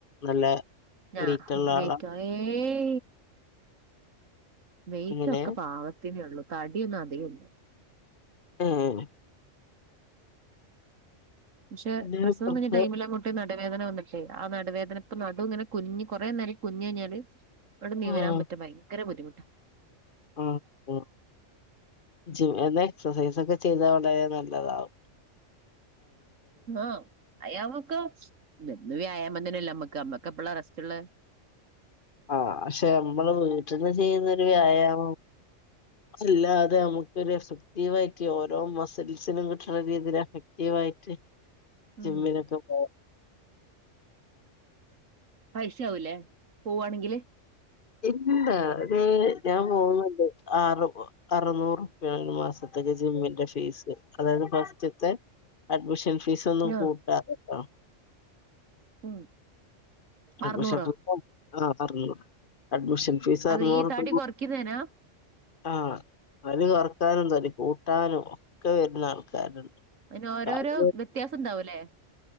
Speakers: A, on the left (about 45°); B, on the right (about 85°).
A: നല്ല
B: ഞാ
A: വെയിറ്റുള്ള
B: വെയിറ്റോ
A: ആളാ
B: ഏയ് വെയ്റ്റ്
A: എങ്ങനെ
B: ഒക്കെ പാകത്തിനേ ഉള്ളൂ. തടിയൊന്നും അതികം ഇല്ല.
A: ഉം
B: പക്ഷെ
A: അല്ലേലും
B: പ്രസവം
A: വെറുതെ
B: ടൈമിലങ്ങോട്ട് ന നടുവേദന വന്നിട്ടേ ആ നടുവേദന ഇപ്പൊ നടു ഇങ്ങനെ കുനിഞ്ഞ് കുറേ നേരം കുനിഞ്ഞ് കഴിഞ്ഞാല് അങ്ങട് നിവരാൻ
A: ആഹ്
B: പറ്റും ഭയങ്കര ബുദ്ധിമുട്ടാ
A: ആഹ് ആഹ് ജിം എന്ന എക്സർസൈസ് ഒക്കെ ചെയ്താൽ വളരെ നല്ലതാകും.
B: ആഹ് വ്യായാമക്കെ എന്നും വ്യായാമം തന്നല്ലേ നമ്മക്ക്, നമ്മക്ക് എപ്പള്ളാ റെസ്റ്റുള്ള
A: ആഹ് പക്ഷെ നമ്മള് വീട്ടിൽന്ന് ചെയ്യുന്നൊരു വ്യായാമം.
B: <inaudible>
A: അല്ല അതെ നമുക്കൊരു എഫക്റ്റീവായിട്ട് ഓരോ മസിൽസിനും കിട്ടണ രീതിയിൽ എഫക്റ്റീവായിട്ട്.
B: ഉം
A: ജിമ്മിലൊക്കെ <unintelligible>
B: പൈസ ആവൂല്ലേ, പൂവാണെങ്കില്.
A: ഇല്ല ഒരു ഞാൻ പോകുന്നുണ്ട്. ആറ് അറുനൂറ് രൂപ്പയാണ് ഒരു മാസത്തേക്ക് ജിമ്മിന്റെ ഫീസ്, അതായത് ഫസ്റ്റിത്തെ അഡ്മിഷൻ ഫീസ്
B: ആഹ്
A: ഒന്നും കൂട്ടാതെട്ടൊ
B: ഉം
A: അഡ്മഷൻ
B: അറുന്നൂറോ
A: ആ അറുനൂറ്, അഡ്മിഷൻ ഫീസ്
B: അത്
A: അറുനൂറ്
B: ഈ തടി
A: പ
B: കുറയ്ക്കുന്നേനാ
A: ആഹ് അതു കൊറക്കാനും തടി കൂട്ടാനും ഒക്കെ വരുന്ന ആൾക്കാരുണ്ട്.
B: അതിന് ഓരോരോ
A: കാല്
B: വ്യത്യാസം ഉണ്ടാവുംല്ലേ?.